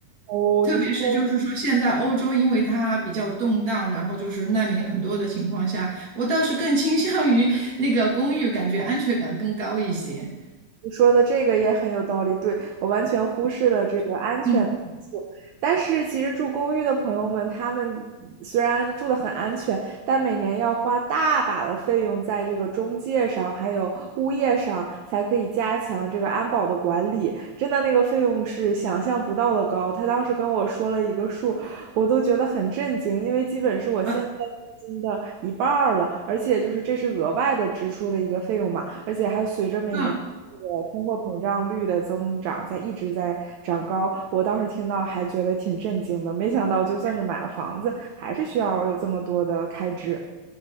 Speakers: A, on the right; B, on the right.
A: 哦，
B: 特别是就是说现在欧洲因为它比较动荡，
A: 你说。
B: 然后就是难民很多的情况下，我倒是更倾向于那个公寓，感觉安全感更高一些。
A: 你说的这个也很有道理，对，我完全忽视了这个安全的因素。
B: 嗯
A: 但是其实住公寓的朋友们，他们虽然住的很安全，但每年要花大把的费用在这个中介上，还有物业上，才可以加强这个安保的管理。真的那个费用是想象不到的高。他当时跟我说了一个数，我都觉得很震惊，因为基本是我现在。
B: 啊
A: 租金的一半儿了，而且就是这是额外的支出的一个费用嘛，而且还随着每年这个通货膨胀率的增长在一直在长高。
B: 嗯。
A: 我当时听到还觉得挺震惊的，没想到就算是买了房子，还是需要有这么多的开支。